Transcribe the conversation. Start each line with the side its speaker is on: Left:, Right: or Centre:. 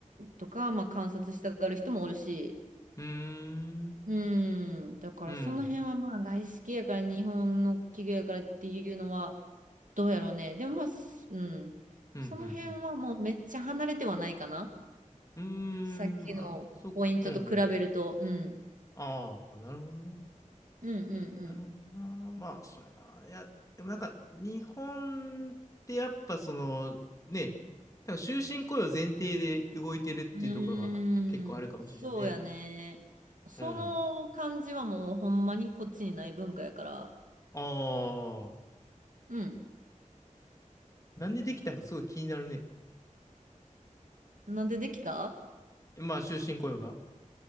Right: とか、まあ観察したがる人もおるし、
Left: うん、
Right: うーん、だからその辺はまあ外資系やから日本の企業やからっていうのは、
Left: うん、
Right: どうやろうね。でもまあ、すうん。
Left: うん、
Right: その辺はもうめっちゃ離れてはないかな。
Left: うん、うん。
Right: さっきのポイントと比べると。
Left: うん、あ、そっか、うん、うん
Right: うん。
Left: ああ、なるほどな。
Right: うん
Left: なるほどな。
Right: う
Left: まあ、そうやな。いや、でもなんか、日本ってやっぱその、ね、多分終身雇用前提で動いてるっていうところは結構あるかもしれんね。
Right: んうん。うーん。そうやね。その感じはもうほんまにこっちにない文化やから。
Left: うん。ああ、
Right: うん。
Left: なんでできたんかすごい気になるね。
Right: なんでできた
Left: まあ、終身雇用が。